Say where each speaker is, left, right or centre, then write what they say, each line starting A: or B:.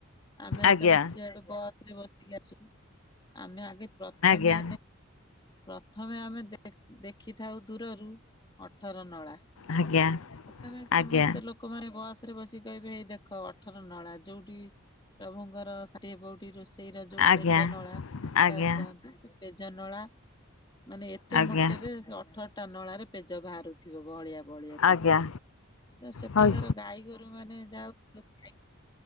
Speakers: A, on the left; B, on the left.
A: ଆମେ ଯେତେବେଳେ
B: ଆଜ୍ଞା
A: ସିଆଡୁ ବସରେ ବସିକି ଆସୁ, ଆମେ ଆଗେ ପ୍ରଥମେ,
B: ଆଜ୍ଞା
A: ପ୍ରଥମେ ଆମେ ଦେ ଦେଖିଥାଉ ଦୂରରୁ ଅଠର ନଳା।
B: ଆଜ୍ଞା
A: ପ୍ରଥମେ ସମସ୍ତେ
B: ଆଜ୍ଞା
A: ଲୋକମାନେ ବସରେ ବସିକି କହିବେ, ଏଇ ଦେଖ ଅଠର ନଳା ଯୋଉଠି ପ୍ରଭୁଙ୍କର ଷାଠିଏ ପଉଟି ରୋଷେଇର ଯୋଉ
B: ଆଜ୍ଞା
A: ପେଜ ନଳା,
B: ଆଜ୍ଞା
A: ଯାହାକୁ କୁହନ୍ତି ସିଏ ପେଜ ନଳା। ମାନେ ଏତେ
B: ଆଜ୍ଞା
A: ମୋଟରେ ସେ ଅଠରଟା ନଳାରେ ପେଜ ବାହାରୁଥିବ ବହଳିଆ ବହଳିଆ ପେଜ।
B: ଆଜ୍ଞା
A: ତ ସେଠାକାର
B: ହଇ
A: ଗାଈଗୋରୁ ମାନେ ଯାହଉ ସବୁ ଖାଇକି